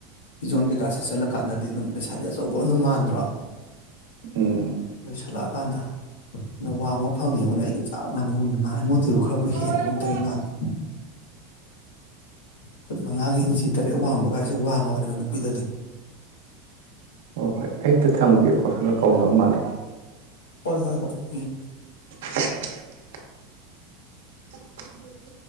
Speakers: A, on the left; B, on the right.
A: ꯐꯤꯖꯣꯟ ꯀꯩꯀꯥ ꯁꯦꯠꯆꯜꯂꯀꯥꯟꯗꯗꯤ ꯑꯗꯨꯝ ꯂꯩꯁꯥꯕꯤ ꯑꯆꯧꯕ ꯑꯗꯨꯝ ꯃꯥꯟꯗ꯭ꯔꯣ
B: ꯎꯝ
A: ꯄꯨꯁꯜꯂꯛꯑꯀꯥꯟꯗ ꯅꯪ ꯋꯥꯡꯕ ꯐꯪꯉꯦꯕꯅꯦ ꯑꯩꯒ ꯆꯞ ꯃꯥꯟꯅꯩꯅꯦ ꯃꯥꯉꯣꯟꯗ ꯑꯗꯨꯨ ꯈꯔꯕꯨ
B: ꯍꯣꯏ
A: ꯍꯦꯟꯕꯒꯨꯝ
B: ꯍꯣꯏ
A: ꯇꯧꯋꯤ ꯃꯥꯅ ꯐꯨꯠ ꯃꯉꯥꯒ ꯏꯟꯆꯤ ꯇꯔꯦꯠ ꯋꯥꯡꯕꯒꯥꯏꯁꯦ ꯋꯥꯡꯉꯕꯅꯦꯕ ꯄꯤꯗꯗꯤ
B: ꯑꯣ ꯍꯣꯏ ꯑꯩ ꯇ ꯊꯝꯒꯦꯀꯣ ꯁꯣꯝꯗ ꯀꯧꯅꯕ ꯃꯥꯜꯂꯦ <inaudible>
A: ꯍꯣꯏ ꯍꯣꯏ ꯍꯣꯏ ꯎꯝ
B: <inaudible>